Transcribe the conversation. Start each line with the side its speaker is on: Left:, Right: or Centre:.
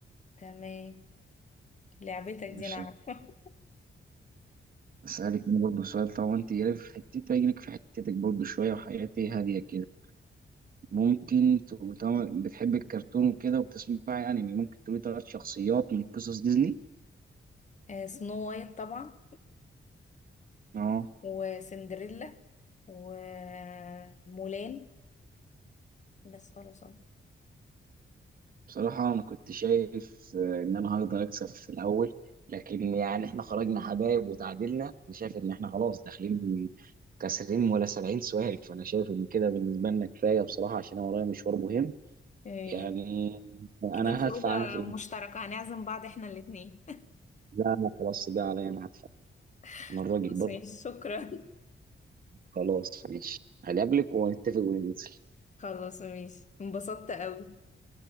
Left: تمام لعبتك
Right: ماشي
Left: دي انا عارفه <laughs>
Right: أسألك أنا برضه سؤال طالما أنت جايلك في حتتي أجيلك في حتتك برضه شوية وحياتي هادية كده ممكن تقول طالما بتحب الكرتون وكده وبتسمعي أنمي ممكن تقولي تلات شخصيات من قصص ديزني
Left: آه... سنو وايت طبعا
Right: أه
Left: وسندريلا ومولان بس خلاص اه
Right: بصراحة أنا كنت شايف آه، إن أنا هقدر أكسب في الأول لكن يعني إحنا خرجنا حبايب وتعادلنا أنا شايف إن إحنا خلاص داخلين كسرين ولا سبعين سؤال فأنا شايف إن كده بالنسبة لنا كفاية بصراحة عشان أنا ورايا مشوار مهم
Left: إيه،
Right: يعني أنا
Left: كده الخروجة
Right: هدفع أنا في ال-
Left: مشتركة هنعزم بعض احنا الاتنين
Right: لا لا خلاص بقى عليا أنا هدفع
Left: <laughs>
Right: انا الراجل
Left: خلاص
Right: برضه
Left: ماشي شكرا
Right: خلاص ماشي هقابلك ونتفق وننزل
Left: خلاص ماشي انبسطت قوي